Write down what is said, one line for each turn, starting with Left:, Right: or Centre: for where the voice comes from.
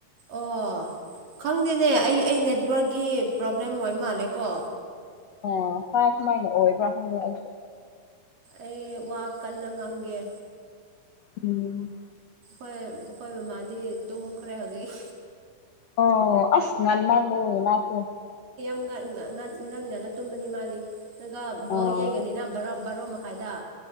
Right: ꯑꯣ ꯈꯪꯗꯦꯅꯦ ꯑꯩ ꯑꯩ ꯅꯦꯠꯋꯥꯔꯛꯀꯤ ꯄ꯭ꯔꯣꯕ꯭ꯂꯦꯝ ꯑꯣꯏ ꯃꯥꯜꯂꯦꯀꯣ
Left: ꯑ ꯍꯥꯠ ꯃꯥꯥꯏꯅ ꯑꯣꯏꯕ ꯈꯪꯗꯦ ꯑꯩꯁꯨ
Right: ꯑꯩ ꯋꯥ ꯀꯟꯅ ꯉꯥꯡꯒꯦ
Left: ꯎꯝ
Right: ꯑꯩꯈꯣꯏ ꯃꯈꯣꯏ ꯃꯃꯥꯗꯤ ꯇꯨꯝꯈ꯭ꯔꯦ ꯍꯧꯖꯤꯛ
Left: ꯑꯣ ꯑꯁ ꯉꯟꯃꯜꯂꯦ ꯃꯁꯨ
Right: ꯉꯟ ꯉꯟ ꯉꯟ ꯉꯟꯉꯟꯂ ꯇꯨꯝꯅꯤ ꯃꯥꯗꯤ ꯑꯗꯨꯒ ꯕꯣꯜ
Left: ꯑꯣ
Right: ꯌꯦꯡꯉꯅꯤꯅ ꯕꯥꯔꯣ ꯃꯛ ꯐꯥꯏꯗ